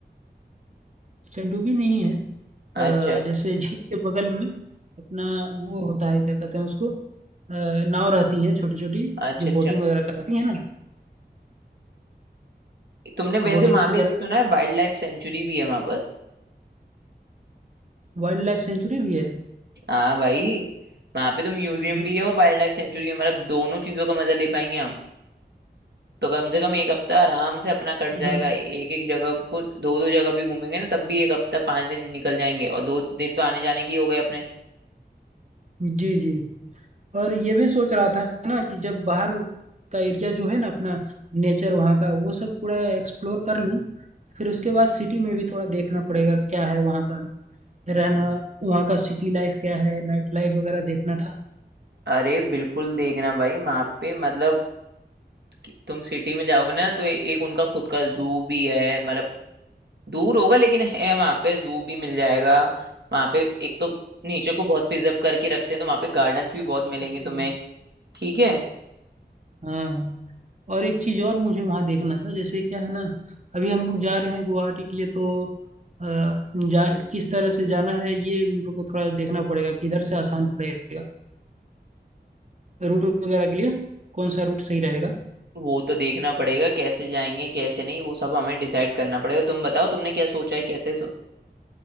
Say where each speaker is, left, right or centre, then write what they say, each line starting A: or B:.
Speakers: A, on the right; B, on the right.
A: चंडूबी नहीं है अ,
B: अच्छा
A: जैसे झील के बगल में अपना वो होता है क्या कहते हैं उसको अ, नाव रहती हैं छोटी छोटी
B: अच्छा
A: जो
B: अच्छा
A: बोटिंग वगैरह कराती है ना
B: तुमने वैसे
A: बोटिंग्स
B: वहां
A: वगैरह
B: पे सुना है वाइल्ड लाइफ सेंचुरी भी है वहां पर
A: वाइल्ड लाइफ सेंचुरी भी है
B: हाँ भाई वहां पे तो म्यूजियम
A: अरे
B: भी
A: यार
B: है और वाइल्ड लाइफ सेंचुरी है मतलब दोनों चीजों का मजा ले पाएंगे हम तो कम से कम एक हफ्ता आराम से अपना कट
A: हाँ
B: जाएगा
A: हाँ
B: एक एक जगह को दो दो जगह भी घूमेंगे ना तब भी एक हफ्ता पांच दिन निकल जाएंगे और दो दिन तो आने जाने के ही हो गए अपने
A: जी जी और ये भी सोच रहा था ना कि जब बाहर का एरिया जो है ना अपना नेचर वहाँ का वो सब पूरा एक्सप्लोर कर लूँ फिर उसके बाद सिटी में भी थोड़ा देखना पड़ेगा क्या है वहाँ का रहना वहाँ का सिटी लाइफ क्या है नाइट लाइफ वगैरह देखना था
B: अरे बिल्कुल देखना भाई वहां पे मतलब कि तुम सिटी में जाओगे ना तो ए- एक उनका खुद का जू भी है मतलब दूर होगा लेकिन है वहां पे जू भी मिल जाएगा वहां पे एक तो नेचर को बहुत प्रिजर्व करके रखते हैं तो वहां पे गार्डन्स भी बहुत मिलेंगे
A: जी
B: तुम्हें
A: जी
B: ठीक है
A: हाँ और एक चीज़ और मुझे वहाँ देखना था जैसे क्या है ना अभी हम लोग जा रहे हैं गुवाहाटी के लिए तो अ, जा किस तरह से जाना है ये मेरे को थोड़ा देखना पड़ेगा किधर से आसान पड़ेगा रूट वगैरह के लिए कौन सा रूट सही रहेगा
B: वो तो देखना पड़ेगा कैसे जाएंगे कैसे नहीं वो सब हमें डिसाइड करना पड़ेगा तुम बताओ तुमने क्या सोचा है कैसे सो...